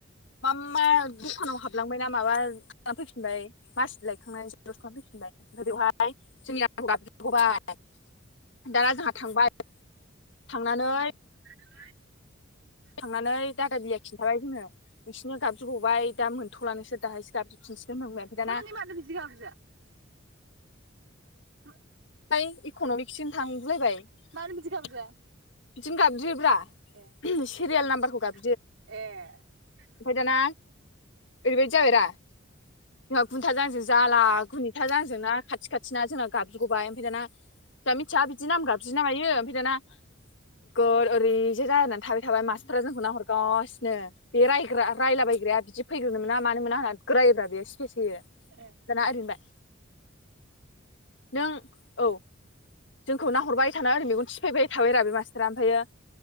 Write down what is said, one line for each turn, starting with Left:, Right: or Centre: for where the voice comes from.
Left: मा मा दखानाव हाबलांबायना माबा खालामफैफिनबाय माससि लायखांना जिरस खालामफैफिनबाय। <unintelligible> आं गाबजगबाय दाना जोंहा थांबाय थांनानै
Right: <unintelligible>
Left: थांनानै दादा बिलिया खिन्थाबाय जोंनो नोंसिनिनो गाबज्रिगबाय दा मोन थ'लना‌ नोंसोर‌ दाहायसो गाबज्रिफिनसिगोन होनबाय ओमफ्राय दाना
Right: थारमाने मानो बिदि गाबज्रिया <inaudible>
Left: ओइ इक'न'मिक सिम थांगुलायबाय बिदिनो
Right: मानो बिदि गाबज्रिया
Left: गाबज्रियोब्रा
Right: ए
Left: सिरियेल नाम्बार
Right: ए
Left: <unintelligible> ओमफफ्राय दाना ओरैबादि जाबायरा जोंहा खुन्थाजों आंजों जाला गुनिथाजों आंजोंना खाथि खाथिना जोंना गाबजुगबाय ओमफाय दाना <unintelligible> <unintelligible> बिदि नाम गाबज्रियो ना मायो ओमफाय दाना गर ओरैजे जानानै थाबाय थाबा मासट्रा जोंखौ नाहरगासिनो बे रायग्रा रायलाबायग्राया बिदि फैग्रोनो मोना मानो‌ मोना होनना <unintelligible> केस होयो
Right: ए
Left: दाना ओरै होनबाय नों औ जोंखौ नाहरबाय थाना ओरोय मेगन थिफायबाय थाबायरा बे मास ट्रा ओमफायो